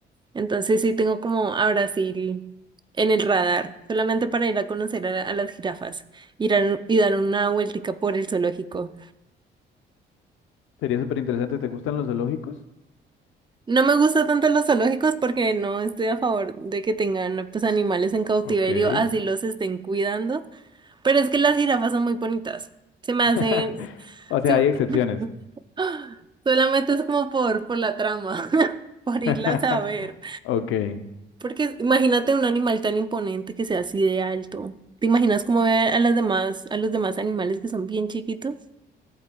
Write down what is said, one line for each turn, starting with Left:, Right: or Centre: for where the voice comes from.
Right: Entonces sí tengo como a Brasil en el radar, solamente para ir a conocer a, la- a las jirafas, ir a- y dar una vueltica por el zoológico.
Left: Sería súper interesante. ¿Te gustan los zoológicos?
Right: No me gusta tanto los zoológicos porque no estoy a favor de que tengan pues animales en cautiverio,
Left: Ok.
Right: así los estén cuidando, pero es que las jirafas son muy bonitas. Se me
Left: <laughs>
Right: hacen...
Left: O sea,
Right: se-
Left: hay excepciones.
Right: <laughs> Solamente es como por, por la trama, <laughs> por
Left: <laughs>
Right: irlas a ver.
Left: Ok. Eh,
Right: Porque imagínate un animal tan imponente que sea así de alto. ¿Te imaginas cómo ve a las demás, a los demás animales que son bien chiquitos?